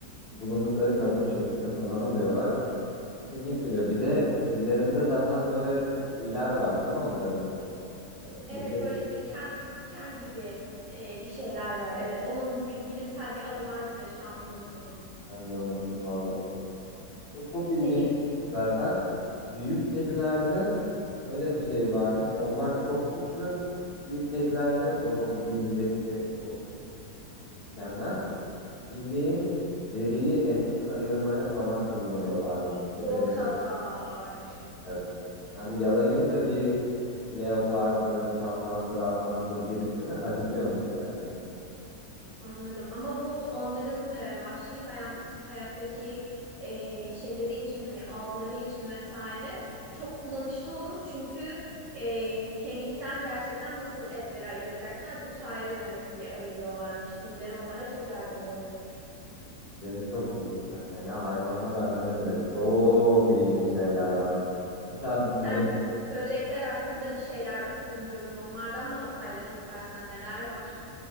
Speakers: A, on the left; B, on the right.
A: bulundukları kabın şeklini falan alıyorlar. Çok ilginç geliyor. Bir de dillerinde zaten böyle tüyler var değil mi onların? Ee, bir
B: Evet,
A: şey
B: böyle diken, diken gibi e, bir şeyler var. Evet, onun bir bilimsel bir adı vardı da şu an unuttum.
A: ben de unuttum valla. O çok ilginç
B: Senin
A: bir şey zaten. Büyük kedilerde Şöyle bir şey varmış. Onlar çok güçlü. Büyük kedilerde o dildeki o işte küçük dikenler bildiğin deriyi etten ayırmaya falan kullanıyorlarmış. O
B: O
A: derece.
B: kadar.
A: Evet. Yani yalayınca bir leopardır, kaplandır, aslandır birisini acıtıyormuş gerçekten.
B: Anladım. Ama bu onların e, vahşi hayam- hayattaki e, şeyleri için hani avları için vesaire çok kullanışlı olur. Çünkü e, kemikten gerçekten nasıl etleri ayıracaklar? Bu sayede demek ki ayırıyorlarmış. Dilleri onlara çok yardımcı oluyormuş.
A: Deri çok ilginç zaten ya hayvanlar aleminde çok ilginç şeyler var. Mesela
B: Sen
A: hani
B: böcekler hakkında bir şeyler okudum diyordun. Onlardan bana paylaş istersen neler var?